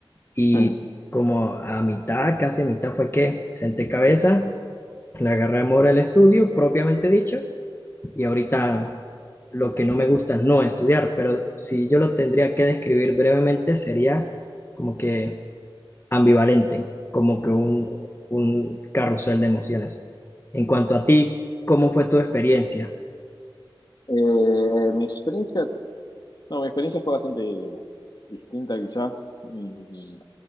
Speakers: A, on the left; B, on the left.
A: y
B: Hmm.
A: como a mitad, casi a mitad fue que senté cabeza, le agarré amor al estudio, propiamente dicho, y ahorita lo que no me gusta es no estudiar, pero si yo lo tendría que describir brevemente, sería como que ambivalente, como que un, un carrusel de emociones. En cuanto a ti, ¿cómo fue tu experiencia?
B: Eh, mi experiencia, no, mi experiencia fue bastante distinta quizás. Mm,